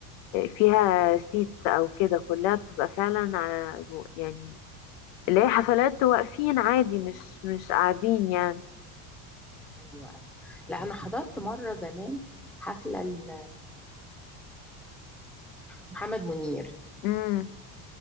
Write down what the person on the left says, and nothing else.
فيها سيتس او كده كلها بتبقى فعلا على يعني اللي هي حفلات واقفين عادي مش مش قاعدين يعني
امم